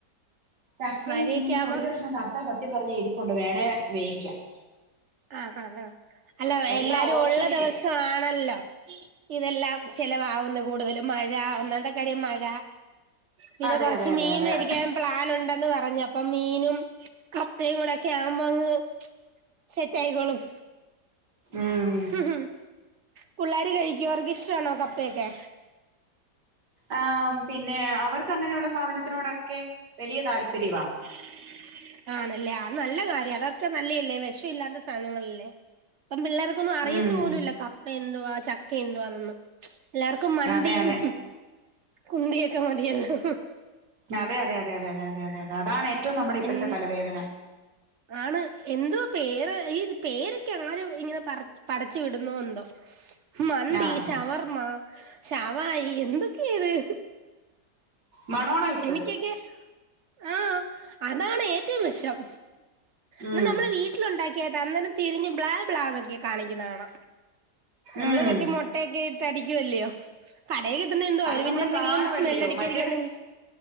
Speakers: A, on the right; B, on the right.
A: ചക്കെം
B: മഴയൊക്കെ
A: ചീനിം
B: ആവുമ്പം
A: ഒരു കഷ്ണം തപ്പം സത്യം പർഞ്ഞ ഇരിപ്പുണ്ട് വേണേ വേയിക്കാം.
B: ആ ആ ആ അല്ല
A: എല്ലാ
B: എല്ലാരും
A: ഓപ്ഷനില്
B: ഒള്ള ദെവസാണല്ലോ. ഇതെല്ലാം ചെലവാവുന്ന കൂടുതലും മഴ ഒന്നാത് കാര്യം മഴ പിന്നെ
A: അതെ
B: കൊർച്ച്
A: അതെ അതെ
B: മീൻ
A: അതെ
B: മേടിക്ക്യാൻ.
A: അതെ
B: പ്ലാനുണ്ടെന്ന് പറഞ്ഞു പ്പൊ മീനും കപ്പയും കൂടെക്കെയാവുമ്പങ്ങ് സെറ്റായികോളും.
A: ഉം
B: മ് മ് പുള്ളേര് കഴ്ക്കോ അവർക്കി ഷ്ടമാണോ കപ്പയൊക്കെ?
A: ആ പിന്നെ അവർക്കങ്ങനെയുള്ള സാധനത്തിനോടൊക്കെ വലിയ താല്പര്യവാ.
B: <inaudible> ആണല്ലേ ആത് നല്ല കാര്യാ അതൊക്കെ നല്ലെയല്ലേ വെഷം ഇല്ലാത്ത സാധനങ്ങളല്ലേ ഇപ്പം പിള്ളേർ ക്കൊന്നും അറിയത്ത്
A: ഉം
B: പോലുല്ല കപ്പ എന്തുവാ ചക്ക എന്തുവാന്നൊന്നും. എല്ലാർക്കും മന്ദിയും
A: അതെ അതെ
B: കുന്തിയൊക്കെ മതിയല്ലൊ.
A: അതെ അതെ അതെ അതെ അതെ അതെ അതെ അതെ അതെ അതെ അതെ അതാണ് ഏറ്റവും നമ്മടെ ഇപ്പഴ്ത്തെ
B: എൻ
A: തലവേദന.
B: ആണ് എന്തോ പേര് ഈ പേരൊക്കെ ആര് ഇങ്ങനെ പറ പടച്ച് വിടുന്നോ എന്തോ. മന്തി,
A: ആഹ്
B: ശവർമ്മ, ശവായി എന്തൊക്കെ ഇത്.
A: മണോണൈസ്.
B: എനിക്കൊക്കെ ആഹ് അതാണ് ഏറ്റവും വെഷം
A: ഉം
B: എന്ന നമ്മള് വീ ട്ടിലുണ്ടാക്കിയിട്ട് അന്നേരം തിരിഞ്ഞ് ബ്ലാ ബ്ലാന്നൊക്കെ കാണിക്കിന്നെ കാണാം. അമ്ലള്
A: ഉം
B: മറ്റേ മുട്ടയൊക്കെ ഇട്ട് അടിക്ക്യുവല്യേ. കടയി കിട്ടുന്ന എന്തുവ അവര്
A: അത് നമ്മള്
B: പിന്നെ എന്തെങ്കിലും
A: കാണുവല്ലയോ
B: സ്മെല്ല അടിക്ക്യായിരിക്കാൻ
A: മറ്റേത്
B: എന്തെങ്കിലും